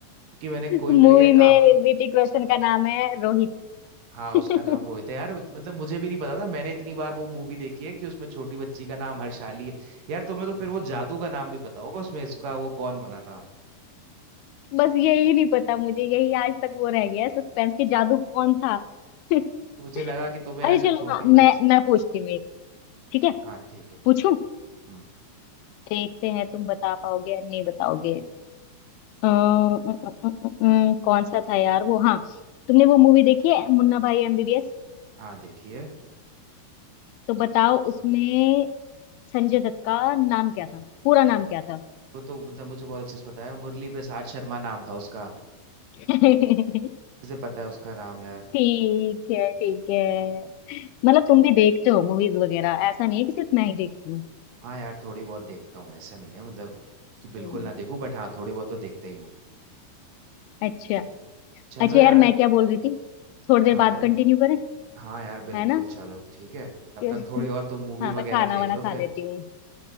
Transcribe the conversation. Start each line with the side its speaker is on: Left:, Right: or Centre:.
Right: कि मैंने
Left: <laughs>
Right: कोई
Left: मूवी
Right: मिल गया
Left: में
Right: काफी
Left: ऋतिक रोशन का नाम है
Right: हाँ
Left: रोहित
Right: उसका नाम रोहित
Left: <laughs>
Right: है यार मतलब मुझे भी नहीं पता था मैंने इतनी बार वो मूवी देखी है कि उसमें छोटी बच्ची का नाम हर्षाली है यार तुम्हें तो फिर वो जादू का नाम भी पता होगा उसमें इसका वो कौन बना था
Left: बस यही नहीं पता मुझे यही आज तक वो रह गया सस्पेंस के जादू कौन था <laughs> अरे
Right: मुझे लगा कि तुम्हें यार जब
Left: चलो
Right: छोटी
Left: हाँ मैं
Right: बच्ची
Left: मैं पूछती हूँ एक ठीक है
Right: हाँ ठीक है
Left: पूछूं
Right: पूछो हम्म
Left: देखते हैं तुम बता पाओगे या नहीं बताओगे अ, अ, अ, अ, अ, अ, कौन सा था यार वो हाँ तुमने वो मूवी देखी है मुन्ना भाई एमबीबीएस
Right: हाँ देखिए
Left: तो बताओ उसमें संजय दत्त का नाम क्या था पूरा नाम क्या था
Right: वो तो मतलब मुझे बहुत अच्छे से पता है मुरली प्रसाद शर्मा नाम था उसका
Left: <laughs>
Right: किसे पता है उसका नाम यार
Left: ठीक है ठीक है मतलब तुम भी देखते हो मूवीज वगैरह ऐसा नहीं है कि सिर्फ मैं ही देखती हूँ
Right: हाँ यार थोड़ी बहुत देखता हूँ ऐसा नहीं है मतलब कि बिल्कुल
Left: हम्म,
Right: ना देखूं बट हाँ थोड़ी बहुत तो देखते ही हूँ
Left: अच्छा
Right: चलो
Left: अच्छा
Right: यार
Left: यार मैं क्या बोल रही थी थोड़ी देर
Right: हाँ
Left: बाद
Right: यार
Left: कंटिन्यू करें
Right: हाँ यार बिल्कुल
Left: है ना
Right: चलो ठीक है
Left: <laughs>
Right: तब
Left: कि-
Right: तक थोड़ी और तुम मूवी
Left: हाँ मैं
Right: वगैरह
Left: खाना
Right: देख
Left: वाना
Right: लो
Left: खा
Right: फिर
Left: लेती हूँ